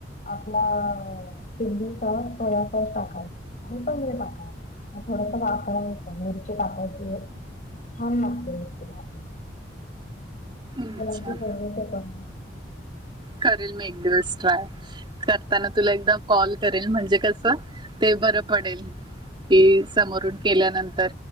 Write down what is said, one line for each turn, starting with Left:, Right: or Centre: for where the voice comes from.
Left: आपला चिंली सॉस सोया सॉस टाकायच आणि पनीर टाकायचं. थोडस झाकण ठेवायच, मिरची वाफवायची छान लागते मस्त भाजी
Right: अच्छा
Left: मंडळाचे सगळे स्वयपाक
Right: करेल मी एक दिवस ट्राय. करताना
Left: हो हो.
Right: तुला एकदा कॉल करेल, म्हणजे कसं ते बरं पडेल. कि समोरून केल्यानंतर.